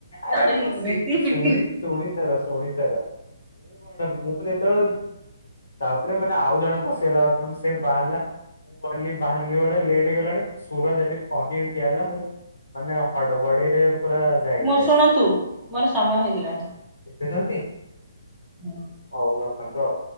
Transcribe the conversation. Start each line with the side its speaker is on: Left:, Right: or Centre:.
Left: ଆରେ
Centre: ତାପରେ
Left: ମୁଁ
Centre: ଏମିତି
Left: ଶି
Centre: ପିଟି
Left: ଶୁଣି ଶୁଣି ସାର ଶୁଣ ସାର ମୁଁ କଣ୍ଟା ମୁଁ ଯେ ତେବେଳେ ବି ତାପରେ ମାନେ ଆଉ ଜଣେ ପଶିଗଲା ବାଥ୍ ରୁମ୍ ସେ ବାହାରିଲା କହଲି ବାହାରିଲି ବେଳେ ଲେଟ୍ ହେଇଗଲାଣି ସୁରତ ଯଦି ପହଞ୍ଚିକି ଠିଆ ହେଲା ମୁଁ ମାନେ ହଡବଡିରେ ପୁରା ଯାଇଚି।
Centre: ମୋ ଶୁଣନ୍ତୁ ମୋର ସମୟ ହେଇଗଲାଣି।
Left: ଏତେ ଜଲ୍ଦି।
Centre: ହୁଁ
Left: ହଉ ରଖନ୍ତୁ ଆଉ।